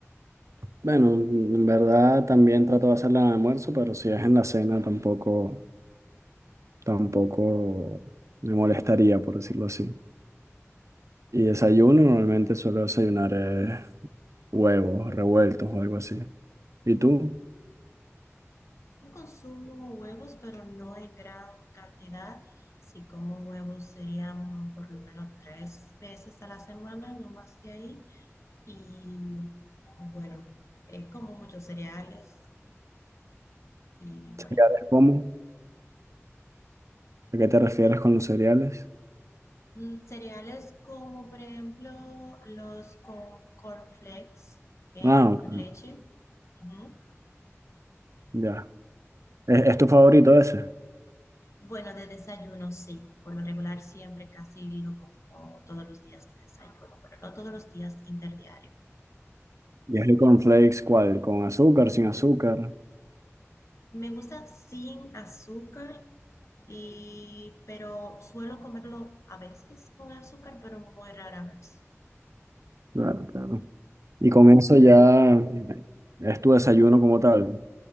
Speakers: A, on the right (about 75°); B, on the left (about 70°).
A: Bueno, en verdad también trato de hacerla en el almuerzo, pero si es en la cena tampoco, tampoco me molestaría, por decirlo así. Y desayuno normalmente suelo desayunar eh, huevos revueltos o algo así. ¿Y tú?
B: Yo consumo huevos, pero no en gran cantidad. Si como huevos serían por lo menos tres veces a la semana, no más que ahí. Y bueno, eh, como muchos cereales y bueno,
A: ¿Cereales
B: bueno.
A: cómo? ¿A qué te refieres con los cereales?
B: Mm, Cereales como por ejemplo los con cornflakes eh,
A: Ah,
B: con
A: ok,
B: leche. Ujú.
A: ya. ¿Es, es tu favorito ese?
B: Bueno, de desayuno sí. Por lo regular siempre casi lo como todos los días de desayuno. Bueno, no todos los días interdiario.
A: ¿Y es el cornflakes cuál? ¿Con azúcar, sin azúcar?
B: Me gusta sin azúcar, y, pero suelo comerlo a veces con azúcar, pero muy rara vez.
A: Claro, claro. Y con eso ya es tu desayuno como tal.